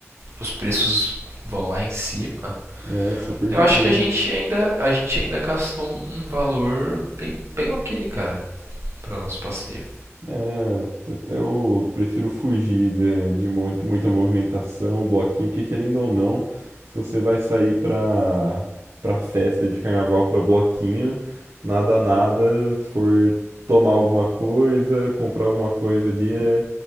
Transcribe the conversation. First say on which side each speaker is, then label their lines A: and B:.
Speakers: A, on the right; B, on the right.
A: os preços vão lá em cima,
B: É, super
A: eu
B: de
A: acho
B: boa.
A: que a gente ainda, a gente ainda gastou um valor bem, bem ok, cara, para o nosso passeio.
B: É, t- até eu prefiro fugir de, de mon- muita movimentação, bloquinho, porque querendo ou não, se você vai sair pra, pra festa de carnaval, pra bloquinho, nada, nada, se for tomar alguma coisa, comprar alguma coisa ali, é,